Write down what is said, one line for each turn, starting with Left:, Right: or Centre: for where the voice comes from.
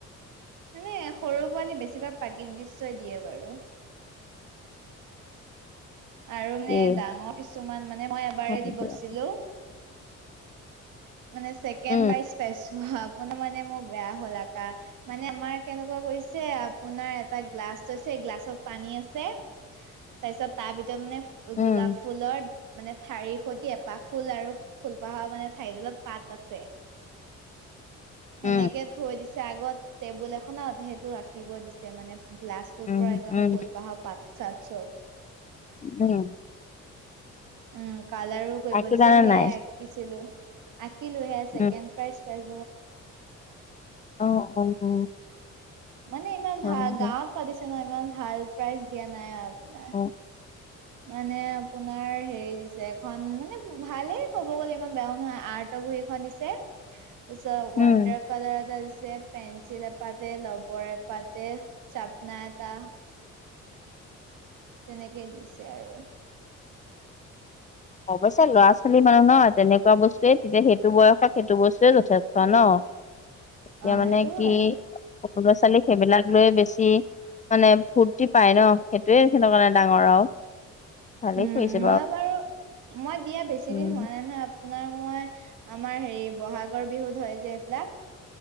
Right: মানে সৰু পোৱালি বেছিভাগ প্ৰাকৃতিক দৃশ্যয়ে দিয়ে বাৰু আৰু
Left: তাকে
Right: মানে ডাঙৰ কিছুমান মানে মই এবাৰে
Left: হয়
Right: দিবছিলো
Left: দিয়া
Right: মানে ছেকেণ্ড
Left: উম
Right: প্ৰাইছ পাইছো আপোনাৰ মানে মোৰ বেয়া হল আকা মানে আমাৰ কেনেকোৱা গৈছে আপোনাৰ এটা গ্লাছ আ ছে গলাছত পানী আছে তাৰপিছত তাৰ ভিতৰত মানে
Left: উম
Right: গোলাপ ফুলৰ মানে ঠাৰিৰ সৈতে এপাহ ফুল আৰু ফুলপাহৰ মানে ঠাৰিতদালত পাত আছে সেনেকে
Left: উম
Right: থৈ দিছে আগত টেবুল এখনত সেইটো আঁকিব দিছে মানে গ্লাছটোৰ
Left: উম
Right: পৰা একদম
Left: উম
Right: ফুলপাহৰ পাত চাত চব
Left: উম
Right: উম কালাৰো কৰিব
Left: আঁকিলানে
Right: দিছে সেয়াই
Left: নাই
Right: আকিছিলো কি লৈহে ছেকেণ্ড
Left: উম
Right: প্ৰাইজ প্ৰাই
Left: অ অ অ
Right: মানে ইমান
Left: হয়
Right: ভাল
Left: দিয়া।
Right: গাঁৱত পাতিছে ন ইমান ভাল প্ৰাইজ দিয়া নাই আৰু আপোনাৰ
Left: অ
Right: মানে আপোনাৰ হেৰি দিছে এখন মানে ভালে ক'ব গ'লে ইমান বেয়াও নহয় আৰ্ট বহি এখন দিছে তাৰ পিছত
Left: উম
Right: ৱাটাৰ কালাৰ এটা দিছে পেঞ্চিল এপাতে ৰবৰ এপাতে চাপনাৰ এটা তেনেকেই দিছে আৰু
Left: অৱশ্যে ল'ৰা ছোৱালী মানুহ নহ তেনেকুৱা বস্তুয়ে তেতিয়া সেইটো বয়সত সেইটো বস্তুৱয়ে যথেষ্ট ন
Right: <inaudible>
Left: এতিয়া
Right: অ
Left: মানে
Right: সেইটো
Left: কি
Right: হয়
Left: সৰু ল'ৰা ছোৱালীক সেইবিলাক লৈ বেছি মানে ফূৰ্তি পায় ন সেইটোৱে তেখতৰ কাৰণে ডাঙৰ আৰু- ভালেই
Right: উম
Left: কৰিছে
Right: মই বাৰু মই দিয়া বেছি
Left: উম
Right: দিন হোৱা নাই নহয়- আপোনাৰ মই আমাৰ হেৰি বহাগৰ বিহুত হয় যে এইবিলাক-